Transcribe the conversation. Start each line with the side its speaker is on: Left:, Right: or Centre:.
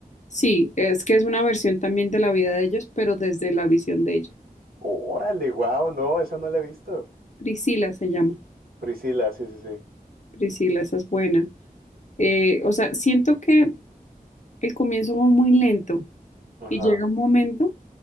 Left: sí, es que es una versión también de la vida de ellos, pero desde la visión de ellos.
Right: Órale, wow, no, esa no la he visto.
Left: Priscila se llama.
Right: Priscila, sí, sí, sí.
Left: Priscila, esa es buena. Eh, o sea, siento que el comienzo va muy lento
Right: Ajá.
Left: y llega un momento